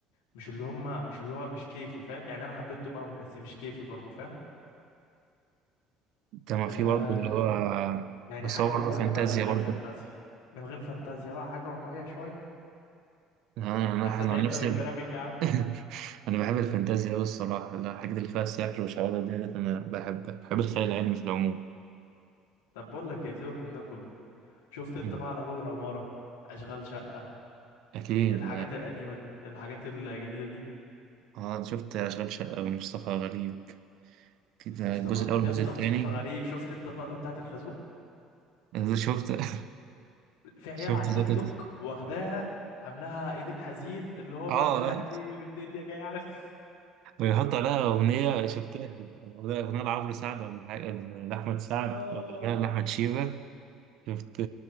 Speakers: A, on the left; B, on the right.
A: مش اللي هم مش اللي هو مش كيفي فاهم يعني انا حبيتهم قوي بس مش كيفي برضو فاهم
B: <laughs> كما
A: آه
B: في برضه اللي هو
A: يعني
B: بس
A: حاجه
B: هو
A: واقعيه
B: برضه فانتازيا
A: بقى من غير
B: برضه
A: فانتازيا من غير فانتازيا بقى حاجه واقعيه شويه
B: انا
A: <laughs>
B: انا
A: احنا
B: أنا
A: تعبنا
B: عن نفسي
A: من الكرافيك
B: <laughs>
A: يا عم
B: انا بحب الفانتازيا قوي الصراحه لا، الحاجات اللي فيها السحر والشعوذه ديت انا بحبها بحب الخيال العلمي في العموم
A: طب بقول لك ايه سيبك من ده كله شفت انت
B: مم.
A: بقى على باب العماره اشغال شقه
B: اكيد
A: الحاجات القديمه دي الحاجات الجديده دي
B: اه أنا شفت اشغال شقه ومصطفى غريب كده
A: مصطفى
B: الجزء الاول والجزء
A: يا اسطى
B: الثاني
A: مصطفى غريب شفت انت اللقطه بتاعت الخازوق
B: أنا شفت <laughs>
A: في عيال
B: شفت
A: على التيك
B: اللقطه
A: توك
B: دي.
A: واخداها عاملاها ايديت حزين اللي هو
B: اه
A: بقى مش عارف ايه والدنيا جايه عليه <laughs>
B: ويحط عليها اغنيه شفتها اغنيه لعمرو سعد ولا حاجه لاحمد سعد
A: اه
B: ولا اغنيه لاحمد شيبه شفت